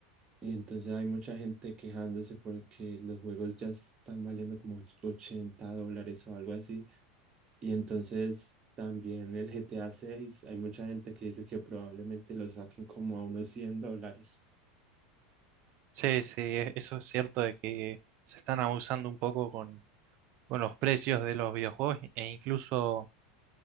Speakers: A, on the right (about 30°); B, on the right (about 50°).
A: Y entonces hay mucha gente quejándose porque los och- juegos ya están valiendo como och- 80 dólares o algo así. Y entonces también el GTA seis hay mucha gente que dice que probablemente lo saquen como a unos 100 dólares.
B: Sí, sí, e- eso es cierto de que se están abusando un poco con los precios de los videojuegos e incluso